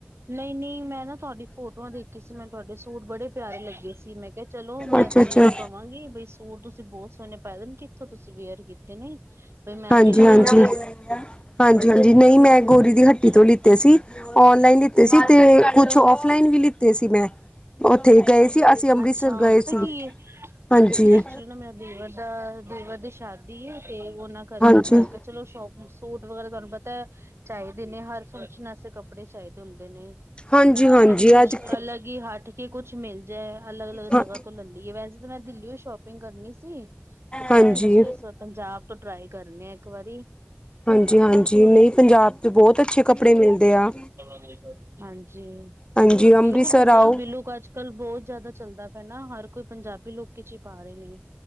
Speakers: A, on the right (about 75°); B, on the left (about 25°).
A: ਨਹੀਂ ਨਹੀਂ ਮੈਂ ਨਾ ਤੁਹਾਡੀ ਫੋਟੋਆਂ ਦੇਖੀ ਸੀ ਮੈਂ ਤੁਹਾਡੇ ਸੂਟ ਬੜੇ ਪਿਆਰੇ ਲੱਗੇ ਸੀ ਮੈਂ ਕਿਹਾ ਚਲੋ ਮੈਂ
B: ਅੱਛਾ
A: ਦੀਦੀ
B: ਅੱਛਾ,
A: ਨੂੰ ਕਵਾਂਗੀ ਬਈ ਸੂਟ ਤੁਸੀਂ ਬਹੁਤ ਸੋਹਣੇ ਪਾਏ ਦੇ ਨੇ ਕਿੱਥੋਂ ਤੁਸੀਂ ਵੇਅਰ ਕੀਤੇ ਨੇ ਬਈ ਮੈਂ
B: ਹਾਂਜੀ
A: ਵੀ ਲਵਾਂਗੀ
B: ਹਾਂਜੀ, ਹਾਂਜੀ ਹਾਂਜੀ, ਨਹੀਂ ਮੈਂ ਗੋਰੀ ਦੀ ਹੱਟੀ ਤੋਂ ਲਿੱਤੇ ਸੀ ਔਨਲਾਈਨ ਲ, ਤੇ ਸੀ
A: ਹਾਂਜੀ
B: ਤੇ ਕੁਛ ਆਫਲਾਈਨ ਵੀ ਲਿੱਤੇ ਸੀ ਮੈਂ। ਉੱਥੇ ਗਏ ਸੀ ਅਸੀਂ ਅੰਮ੍ਰਿਤਸਰ
A: ਅੱਛਾ
B: ਗਏ
A: ਪਤਾ
B: ਸੀ
A: ਕੀ ਏ
B: ਹਾਂਜੀ।
A: ਐਕਚੁਲੀ ਨਾ ਮੇਰਾ ਦੇਵਰ ਦਾ ਦੇਵਰ ਦੀ ਸ਼ਾਦੀ ਆ ਤੇ ਉਹਨਾਂ ਕਰਕੇ
B: ਹਾਂਜੀ
A: ਤੇ ਮੈਂ ਕ ਚਲੋ ਸ਼ੋਪ ਸੂਟ ਵਗੈਰਾ ਤੁਹਾਨੂੰ ਪਤਾ ਚਾਹੀਦੇ ਨੇ ਹਰ ਫੰਕਸ਼ਨ ਵਾਸਤੇ ਕੱੜੇ ਚਾਹੀਦੇ ਹੁੰਦੇ ਨੇ।
B: ਹਾਂਜੀ-ਹਾਂਜੀ
A: ਤੇ ਮੈਂ ਕਿਹਾ ਕੁਛ
B: ਅੱਜ
A: ਅਲੱਗ ਹੀ ਹੱਟ ਕੇ ਕੁੱਛ ਮਿਲ ਜਾਏ ਅਲਗ ਅਲੱਗ
B: ਹਾਂ
A: ਜਗ੍ਹਾ ਤੋਂ ਲੈਦੀ ਏ ਵੈਸੇ। ਜ ਮੈਂ ਦਿੱਲੀ ਓ ਸ਼ੋਪਿੰਗ ਕਰਨੀ ਸੀ ਤੇ ਫੇਰ
B: ਹਾਂਜੀ।
A: ਮੈਂ ਕਿਹਾ ਚਲੋ ਪੰਜਾਬ ਟਰਾਈ ਕਰਨੇ ਆ ਇੱਕ ਵਾਰੀ
B: ਹਾਂਜੀ- ਹਾਂਜੀ ਨਹੀਂ ਪੰਜਾਬ ਚ' ਬਹੁਤ ਅੱਛੇ ਕੱਪੜੇ ਮਿਲਦੇ ਆ।
A: ਹਾਂਜੀ।
B: ਹਾਂਜੀ
A: ਕਿਉਂਕਿ
B: ਅੰਮ੍ਰਿਤਸਰ
A: ਨਾ ਪੰਜਾਬੀ
B: ਆਓ।
A: ਲੋਕ ਅੱਜ ਕੱਲ ਬਹੁਤ ਜਿਆਦਾ ਚੱਲਦਾ ਪੈਆ। ਹਰ ਕੋਈ ਪੰਜਾਬੀ ਲੋਕੀ 'ਚ ਹੀ ਪਾ ਰਹੇ ਨੇ।